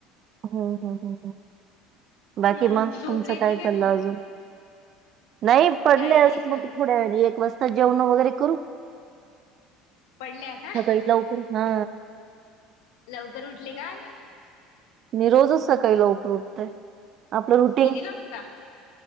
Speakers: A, on the right; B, on the left.
A: ह बाकी
B: हम्म
A: मग
B: झोपले
A: तुमचं
B: की
A: काय चाललं
B: तुम्ही?
A: अजून नाही पडले
B: काही
A: असं
B: नाही सर
A: मग थोड्या वे वस्तात जेवण वगैरे करू
B: पडल्या का?
A: सकाळी लवकर हा.
B: लवकर उठले का?
A: मी रोजच सकाळी लकर र उठतय आपलं रुटीन
B: कितीला उठता?